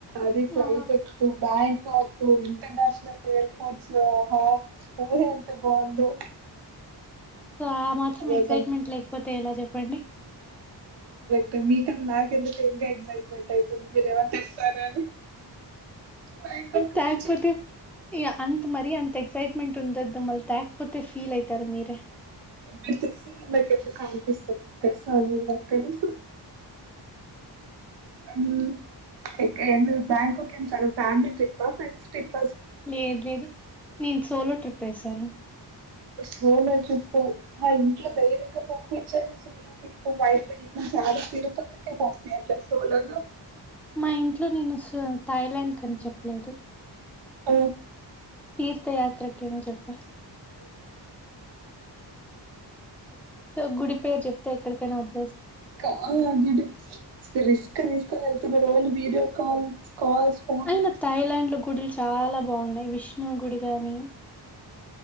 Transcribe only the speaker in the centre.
ఆ
సో ఆ మాత్రం
ఎక్సైట్మెంట్
లేకపోతే ఎలా చెప్పండి
తేకపోతే
ఈ అంత మరి అంత ఎక్సైట్మెంట్ ఉండద్ త మల్ తేకపోతే ఫీల్ అయితారు మీరే
లేద్ లేదు నేను సోలో ట్రిప్ వేసాను
మా ఇంట్లో నేను సో థాయ్లాండ్ కని చెప్పలేదు
తీర్థ యాత్రకని చెప్పా సో గుడి పేరు చెప్తే ఎక్కడికైనా వద్
అయినా థాయ్లాండ్ లో గుడిలు చాలా బా బాగున్నాయ్ విష్ణు గుడి గాని